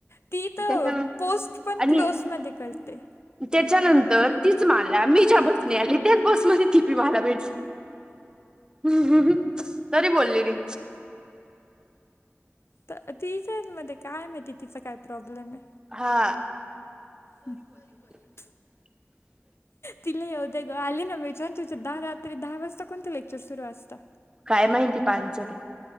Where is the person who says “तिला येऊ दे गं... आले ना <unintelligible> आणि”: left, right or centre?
Left